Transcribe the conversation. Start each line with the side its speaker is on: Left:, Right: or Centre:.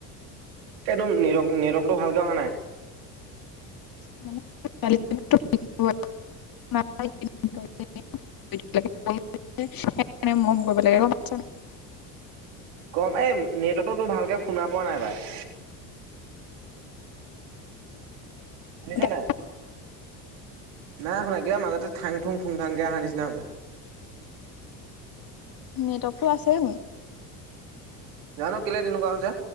Right: একদম নেৰটক, নেৰটক টো ভালকে অহা নাই।
Left: <unintelligible> <unintelligible> সেইকাৰণে মৰম কৰিব লাগে গম পাইছ নাই?
Right: কম এই নেটততো তোৰ ভালকে শুনা পোৱা নাই বাই। শুনিছা
Left: এতিয়া
Right: নাই নাই শুনা কিয় মাজতে থাং থুং থুং থাংকে অহা নিছিনা হৈছে।
Left: নেটৱৰ্কটো আছে মোৰ
Right: জানো কেলে তেনেকুৱা হৈছে।